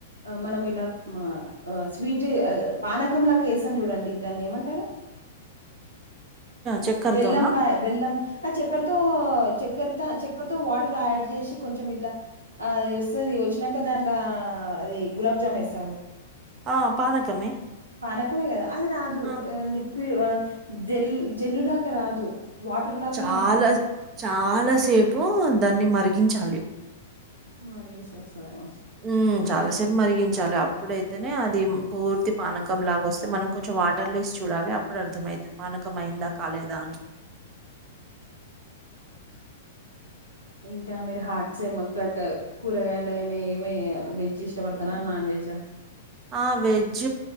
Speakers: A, on the right (about 80°); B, on the right (about 30°).
A: ఆ మనం ఇలా అ. ఒ స్వీట్ పానకంలాక వేస్తాం చూడండి దాన్ని ఏమంటారు.
B: చక్కరతోనా
A: బెల్లం పా బెల్లం అ చెే. చెక్కర్తో చక్కెరతో చక్కతో వాటర్ యాడ్ చేసి కొంచెం ఇట్ల. ఆ అది వస్తది వచ్చినాక దాంట్లో అది గులాబ్ జామ్ వేస్తారు.
B: ఆ పానకమే.
A: పానకమే కదా అది రాదు
B: ఆ
A: లిక్విడ్ అ జల్ జల్లులాగ రాదు. వాటర్ లాగానే
B: చాలా
A: ఉంటది
B: చాలా సేపు దాన్ని మరిగించాలి.
A: మరిగిస్తే వస్తదేమో.
B: హ్మ్ చాలాసేపు మరిగించాల అప్పుడైతేనే అది పూర్తి. పానకం లాగా వస్తే మనం కొంచెం వాటర్లు వేసి చూడాలి అప్పుడు అర్థమవుతంది పానకం అయిందా కాలేదా అని.
A: ఇంకా మీరు హార్ట్ సేమకత్. కూరగాయలు అయినా ఏమి వెజ్ ఇష్టపడతన్నా నాన్ వెజ్ అ
B: ఆ వెజ్